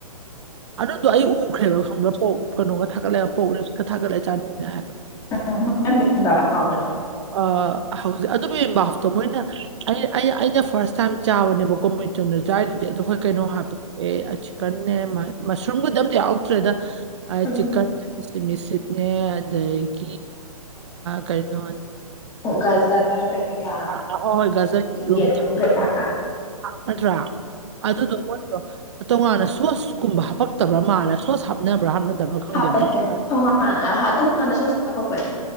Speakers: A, on the right; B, on the left.
A: ꯑꯗꯨꯗꯣ ꯑꯩ ꯎꯈ꯭ꯔꯦꯕ ꯈꯪꯕ꯭ꯔꯕ ꯄꯣꯛ ꯀꯩꯅꯣꯒ ꯊꯥꯒꯠꯂꯛꯦ ꯄꯣꯛ ꯔꯦꯞꯀ ꯊꯥꯠꯂꯦ ꯆꯥꯅꯤꯡꯉꯦ ꯍꯥꯏꯕ
B: ꯎꯝ <unintelligible> ꯍꯥꯎꯕꯅꯦ
A: ꯑ ꯍꯧꯖꯤꯛ ꯑꯗꯨꯕꯨꯕꯥꯞꯇꯣ ꯃꯣꯏꯅ ꯑꯩ ꯑꯩꯅ ꯐꯥꯔꯁ ꯇꯥꯏꯝ ꯆꯥꯕꯅꯦꯕ ꯀꯣ ꯃꯩꯆꯨꯗꯣ ꯆꯥꯏꯔꯤꯗꯨꯗꯤ ꯑꯗꯣ ꯍꯣꯏ ꯀꯩꯅꯣ ꯍꯥꯞꯄ ꯀꯟꯅꯦ ꯃꯁꯔꯨꯝꯒꯗꯤ ꯑꯝ ꯌꯥꯎꯔꯛꯇ꯭ꯔꯦꯗ
B: ꯎꯝ
A: ꯆꯤꯛꯀꯟꯅꯦ <unintelligible> ꯑꯗꯒꯤ ꯀꯩꯅꯣ
B: ꯒꯖꯔ ꯀꯩ ꯀ
A: ꯑ, ꯍꯣꯏ ꯍꯣꯏ ꯒꯖꯔ
B: ꯌꯦꯔꯨꯝ
A: ꯊ-
B: ꯀꯩ ꯀꯥ
A: ꯅꯠꯇ꯭ꯔꯥ ꯑꯗꯨꯗꯣ ꯃꯣꯏꯗꯣ ꯇꯣꯉꯥꯟꯅ ꯁꯣꯁꯀꯨꯝꯕ ꯍꯥꯞꯄꯛꯇꯕ꯭ꯔꯥ ꯃꯥꯜꯂ ꯁꯣꯁ ꯍꯥꯞꯅꯕ꯭ꯔꯥ ꯍꯥꯞꯅꯗꯕ꯭ꯔꯥ ꯈꯪꯗꯦꯕ
B: ꯍꯥꯞꯄꯅꯦ
A: ꯑꯩ ꯆꯥ-
B: ꯇꯣꯉꯥꯟꯅ ꯇꯣꯉꯥꯟꯅꯁꯨ ꯍꯥꯞꯄꯛꯄꯅꯦ